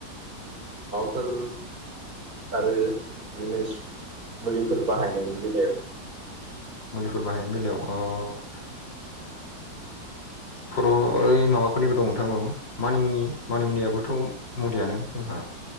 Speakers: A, on the right (about 50°); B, on the left (about 90°).
A: फोर आरो बिदिनो मुलिफोर बाहायनायनि बेलायाव
B: मुलिफोर बाहायनाय बेलायाव खर' ओ माबाफोरनिबो दं नोंथां औ मानिमुनि मानिमुनियाबोथ' मुलियानो जोंहा